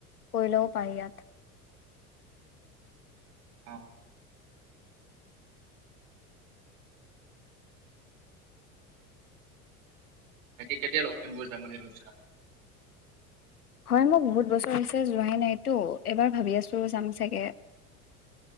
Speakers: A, on the left; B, on the right.
A: কয়লাও পায় ইয়াত।
B: অ'। বাকি কেতিয়া লখিমপুৰ যাম বুলি ভাবিছা?
A: হয় মোক বহুত বছৰ হৈছে যোৱাই নাইতো এবাৰ ভাবি আছো চাম চাগে।